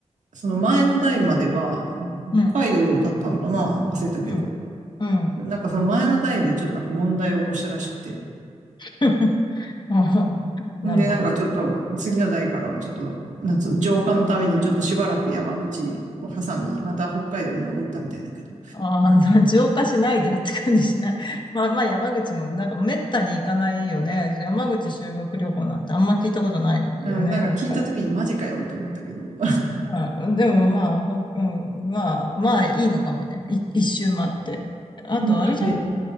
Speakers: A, on the right; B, on the left.
A: その前の代までは、なんか北海道だったのかな忘れたけど。
B: うん、うん。うん
A: なんかその前の代でちょっとなんか問題を起こしたらしくて。
B: <laughs> あーなるほど。
A: んで、なんかちょっと、次の代からはちょっと、なんつうの浄化のためにちょっとしばらく山口を挟み、また北海道に戻ったみたいだけど。
B: ああ、浄化しないでよって感じしない。<laughs> まあまあ山口もなんかめったに行かないよね。山口修学旅行なんてあんま聞いたことないよね、
A: うん、なんか聞いた時にマジかよって思ったけど。
B: やっぱり。うん、でもまあ、ほうん、まあ、まあいいのかもね。い一周回って。あと、
A: <laughs>
B: あれじゃ
A: ね、